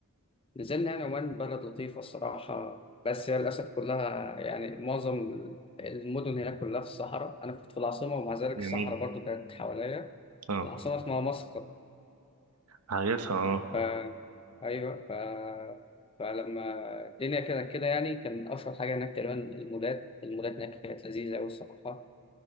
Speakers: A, on the left (about 25°); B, on the right (about 85°).
A: نزلنا يعني عمان بلد لطيفة الصراحة بس هي للأسف كلها يعني معظم المدن هناك كلها في الصحراء أنا كنت في العاصمة ومع ذلك
B: جميل
A: الصحراء برضو كانت حواليا
B: اه
A: العاصمة اسمها مسقط
B: عارفها اه
A: ف... أيوة ف... فلما الدنيا كده كده يعني كان أشهر حاجة هناك تقريبا المولات المولات هناك كانت لذيذة أوي الصراحة